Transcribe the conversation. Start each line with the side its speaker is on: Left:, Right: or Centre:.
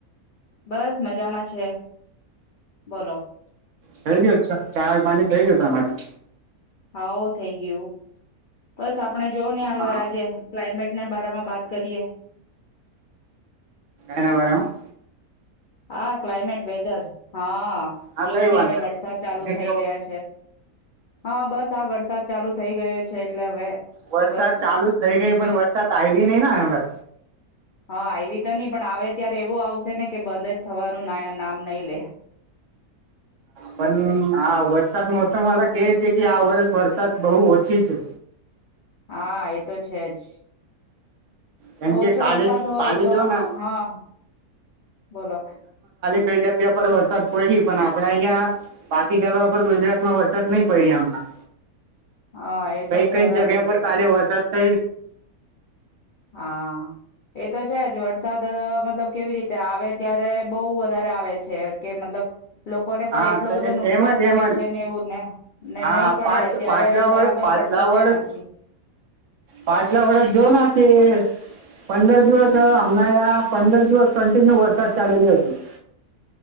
Left: બસ મજામાં છે. બોલો.
Right: થઈ ગયો છ, ચા, પાણી થઈ ગયું તમારી?
Left: હાઓ થઈ ગયું. બસ આપણે જો ને હ
Right: હા
Left: આજે ક્લાઇમેટના બારામાં બાત કરીએ.
Right: એના બરામાં?
Left: હા ક્લાયમેટ વેધર. હા
Right: હા
Left: જો
Right: કઈ
Left: નહી
Right: વાંધો
Left: હવે વરસાદ ચાલુ
Right: તમે
Left: થઈ
Right: કેવો
Left: ગયા છે. હા બસ આ વરસાદ ચાલુ થઈ ગયો છે. એટલે હવે
Right: વરસાદ
Left: બસ
Right: ચાલુ થઇ ગઈ. પણ વરસાદ આવી નહી ના હવે
Left: હા આવી તો નહી પણ આવે ત્યારે એવો આવશે ને કે થવાનું નાય નામ નહીલે
Right: પણ આ વરસાદ મોસમ વાલા કે છે કે, આ વર્ષ વરસાદ બહુ ઓછી છે.
Left: હા એ તો છે જ.
Right: કેમ
Left: ઓછો
Right: કે કાલે
Left: વરસાદ હોય
Right: કાલે
Left: તો
Right: જો ને
Left: હા બોલો.
Right: ક જગ્યા પર વરસાદ પડી્યો પણ આપડા અહં બાકી જગ્યા પર ગુજરાતમાં વરસાદ નહી પડ્યો હમણાં.
Left: હા એ
Right: કઈક
Left: તો બરાબર
Right: કઈક જગ્યા
Left: કયો
Right: પર કાલે
Left: તમે
Right: વરસાદ <inaudible>
Left: હા એ તો છે જ વરસાદ મતલબ કેવી રીતે આવે ત્યારે બહુ વધારે આવે છે કે મતલબ લોકોને પણ
Right: હા
Left: એટલો
Right: તો
Left: બધો નુકસાન
Right: એમ જ
Left: થાય
Right: એમજ
Left: છે ને એવું ને ને
Right: હા
Left: નહીં પડે
Right: પા
Left: ત્યારે
Right: પાછલા
Left: બરાબર
Right: વર્ષ પાછલા
Left: પડતો પણ
Right: વર્ષ
Left: નથી
Right: પાછલા વર્ષ જો અનાથી પંદર દિવસ હમણાં આ પંદર દિવસ કંન્ટિન્યુ વરસાદ ચાલેલી હતી.